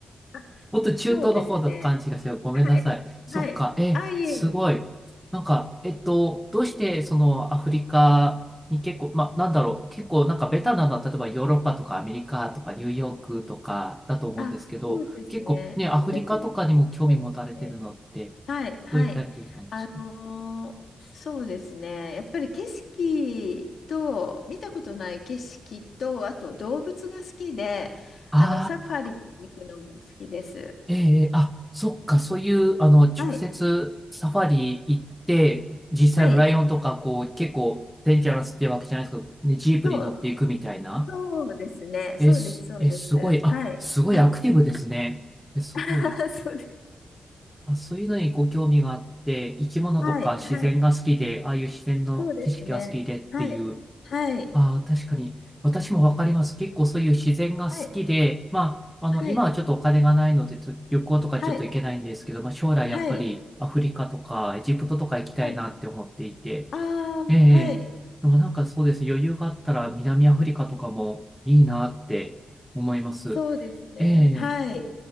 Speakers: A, on the left; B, in the centre.
A: あ、
B: もっと中東の方だと勘違いしてる。
A: そうですね。
B: ごめんなさい。
A: はい。
B: そっか。
A: はい。
B: え、
A: あ、いえいえ。
B: すごい。なんか、えっと、どうしてそのアフリカに結構、まあ、なんだろう。結構なんかベタなのは、例えばヨーロッパとかアメリカとかニューヨークとかだと思うんですけど、
A: あ、そうですね。
B: 結構ね、アフリカとかにも興味持たれてるのって、
A: 私、そうですね。はい、はい。
B: どういった理由なんですか
A: あのーそうですね。やっぱり景色と、見たことない景色と、あと動物が好きで、あの、
B: あ
A: サファリに行くのも好きです。
B: ええあ、そっか、そういう、あの、直接サファリ行って、
A: はい、
B: 実際のライオンとか、
A: はい。
B: こう、結構、デンジャラスってわけじゃないですけど、ね、ジープに乗っていくみたいな。
A: そう、そうですね。
B: え、
A: そうです、
B: す、
A: そうです。
B: え、すごい、
A: はい、
B: あ、すごいアクティブですね。
A: はい。
B: え、すごい。
A: <laughs> そうです。
B: あ、そういうのにご興味があって、生き物とか自然が好きで、
A: はい、はい。
B: ああいう自然の景色が好きでっていう、
A: そうですね。はい、はい、
B: ああ、確かに。私もわかります。結構そういう自然が好きで、
A: はい、
B: まあ、あの、
A: はい、
B: 今はちょっとお金がないので、と旅行とかちょっと行けないんですけど、
A: はい、
B: まあ、将来やっぱりアフリカとかエジプトとか行きたいなって思っていて、
A: はい、はい。ああ、
B: ええでもなんかそうです。
A: はい。
B: 余裕があったら南アフリカとかもいいなって思います。
A: そうですね。
B: ええ
A: はい。